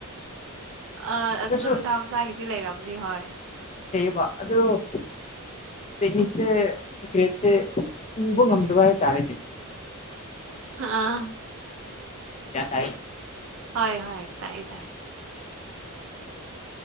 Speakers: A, on the right (about 65°); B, on the left (about 30°).
A: ꯑ ꯑꯗꯨꯅ
B: ꯑꯗꯨꯁꯨ
A: ꯃꯁꯥ ꯃꯁꯥꯒꯤꯗꯤ ꯂꯩꯔꯝꯅꯤ ꯍꯣꯏ
B: ꯕꯥ ꯑꯗꫭ ꯆꯍꯤꯁꯦ ꯁꯤꯀ꯭ꯔꯦꯠꯁꯦ ꯄꯨꯕ ꯉꯝꯗꯕ ꯍꯥꯏꯇꯥꯔꯦꯅꯦꯗꯤ
A: ꯑꯥ
B: ꯒ꯭ꯌꯥꯟ ꯇꯥꯏ
A: ꯍꯣꯏ ꯍꯣꯏ ꯇꯥꯏꯌꯦ ꯇꯥꯏ